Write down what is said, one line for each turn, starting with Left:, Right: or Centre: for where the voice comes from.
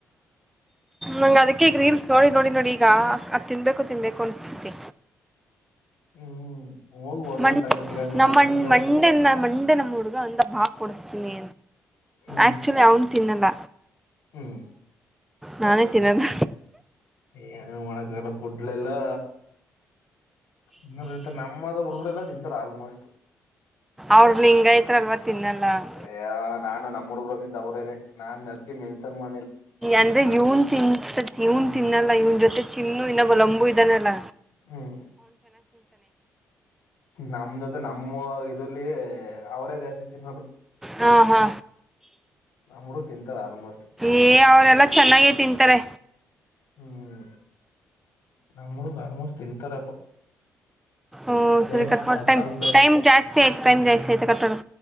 Centre: ನಂಗ ಅದಕ್ಕೆ ಗ್ರೀನ್ ನೋಡಿ ನೋಡಿ ನೋಡಿ ಈಗ ಅದು ತಿನ್ಬೇಕು ಕೂ ತಿನ್ಬೇಕು ಅನ್ನಿಸ್ತೈತಿ
Left: ಹ್ಮ್ ಹೋಗಿ ಹೊರಗಡೆ
Centre: ಮ್
Left: ತಗದ ಇಲ್ಲ
Centre: ನಮ್ಮ್
Left: ನೀನು
Centre: ಮಂಡೆ ಮಂಡೆ ನಮ್ಮ ಹುಡುಗ ಅಂದ ಭಾ ಕೊಡಿಸ್ತೀನಿ
Left: ಹ್ಮ್
Centre: ಆಕ್ಚುಲಿ ಅವನ್ ತಿನ್ನಲ್ಲ
Left: ಹ್ಮ್
Centre: ನಾನೇ ತಿನದು
Left: ಏನು ಮಾಡಕಂಡ ಫುಡ್ಲೆಲ್ಲಾ ಇನ್ನ ಇರ್ತಾರೆ ನಮ್ಮದ ಹುಡುಗರೆಲ್ಲ ತಿಂತಾರ ಆಲ್ಮೋಸ್ಟ್
Centre: ಅವ್ರ ಲಿಂಗೈತ್ರಲ್ವಾ ತಿನ್ನಲ್ಲ
Left: ಅ ನಾನು ನಮ್ಮ ಹುಡ್ಗ್ರೊಂದಿದ್ದ ಅವ್ರೇನೆ ನಾನ್ ಅದ್ಕೆ ಮೆನ್ಷನ್ ಮ್
Centre: ಅಂದ್ರೆ ಇವನ್ ತಿನ್ಸತಿ
Left: ಹ್ಮ್
Centre: ಇವನ್ ತಿನ್ನಲ್ಲ ಇವನ್ ಜೊತೆ ಚಿನ್ನು ಇನ್ನೊಬ್ಬ ಲಂಬು ಇದಾನಲ್ಲ.
Left: ಹ್ಮ್ ನಮ್ಗದು ನಮ್ಮೋ ಇದು ಅಲ್ಲೀ ಅವರೇ ಜಾಸ್ತಿ ತಿನ್ನೋದು
Centre: ಹಾ ಹಾ
Left: ನಮ್ ಹುಡುಗ್ ತಿಂತಾರ್ ಆಲ್ಮೋ
Centre: ಏ ಅವರೆಲ್ಲಾ ಚೆನ್ನಾಗೇ ತಿಂತಾರೆ.
Left: ಹ್ಮ್ ನಮ್ ಹುಡುಗ್ರ್ ಆಲ್ಮೋಸ್ ತಿಂತಾರಪ್ಪ.
Centre: ಊಂ
Left: ವೇಟ್
Centre: ಸರಿ ಕಟ್ ಮಾಡ್
Left: ಐ
Centre: ಟೈಮ್
Left: ಕಾಲ್ ಬ್ಯಾಕ್
Centre: ಟೈಮ್ ಜಾಸ್ತಿ ಆಯ್ ತ್ ಟೈಮ್ ಜಾಸ್ತಿ ಆಯ್ತು ಕಟ್ ಮಾಡು.